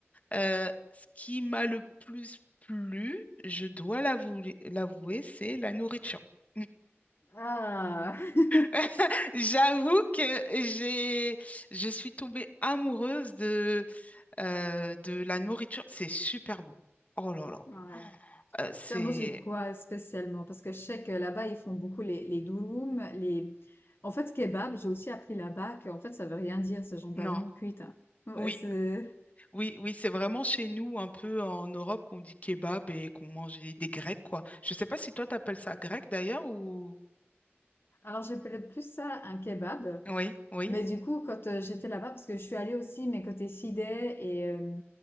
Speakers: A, on the left; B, on the left.
A: euh, ce qui m'a le plus plu, je dois l'avouer, l'avouer, c'est la nourriture. <laughs>
B: Ah! <laughs>
A: <laughs> J'avoue que j'ai, je suis tombée amoureuse de, euh, de la nourriture. C'est super bon. Oh là là.
B: Ouais.
A: Euh, c'est,
B: T'as mangé quoi spécialement? Parce que je sais que là-bas, ils font beaucoup les, les durum, les... En fait, kebab, j'ai aussi appris là-bas que, en fait, ça veut rien dire, ce genre de
A: non.
B: la viande cuite. hein. Ouais,
A: Oui,
B: c'est...
A: oui, oui, c'est vraiment chez nous, un peu en Europe, qu'on dit kebab et qu'on mange des, des grecs, quoi. Je sais pas si toi, t'appelles ça grec d'ailleurs ou.
B: Alors, j'appelais plus ça un kebab.
A: Oui, oui.
B: Mais du coup, quand euh, j'étais là-bas, parce que je suis allée aussi, mais côté Sidé et euh,